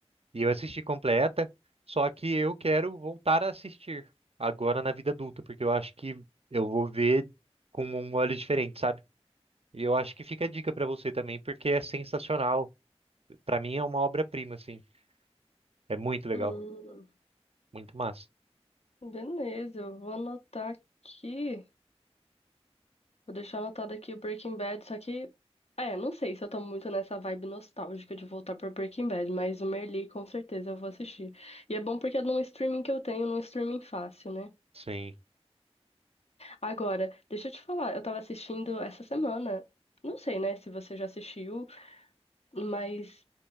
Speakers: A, on the right; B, on the left.
A: E eu assisti completa. Só que eu quero voltar a assistir agora na vida adulta, porque eu acho que eu vou ver com um olho diferente, sabe? E eu acho que fica a dica pra você também, porque é sensacional. Pra mim é uma obra-prima, assim. É muito legal,
B: Hum,
A: muito massa.
B: beleza, eu vou anotar aqui. Vou deixar anotado aqui o Breaking Bad, só que. É, não sei se eu tô muito nessa vibe nostálgica de voltar pra Breaking Bad, mas o Merli com certeza eu vou assistir. E é bom porque é num streaming que eu tenho, num streaming fácil, né?
A: Sim.
B: Agora, deixa eu te falar, eu tava assistindo essa semana. Não sei, né, se você já assistiu, mas